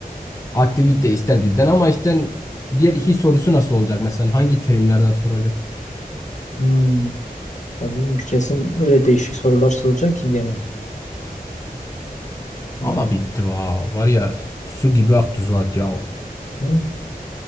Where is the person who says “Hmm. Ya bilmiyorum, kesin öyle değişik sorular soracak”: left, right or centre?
Left